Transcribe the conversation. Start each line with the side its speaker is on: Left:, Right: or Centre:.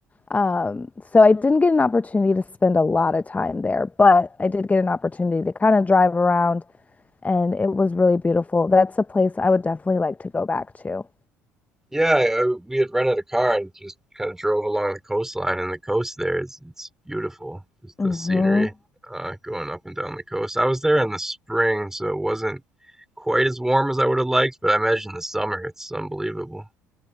Left: Um, so I didn't get an opportunity to spend a lot of time there, but I did get an opportunity to kind of drive around, and it was really beautiful. That's a place I would definitely like to go back to.
Centre: Yeah, I, we had rented a car and just kind of drove along the coastline, and the coast there is it's beautiful. Just
Left: hmm
Centre: the scenery uh, going up and down the coast. I was there in the spring, so it wasn't quite as warm as I would have liked, but I imagine the summer it's unbelievable.